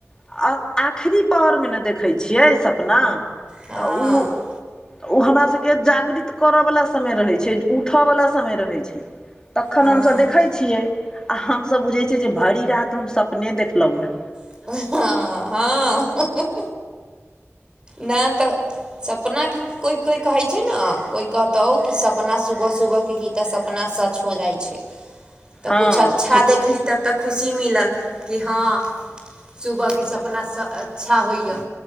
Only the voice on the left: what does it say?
आ आखिरी पहर में न देखै छियै सपना
तऽ उ तऽ ओ हमरा सभ केँ जागृत कर वला समय रहै छै उठ वला समय रहै छै तखन
हम सभ देखैत छियै आ हम सभ बुझै छियै जे भरि रात हम सपने देखलौ है
हँ
सु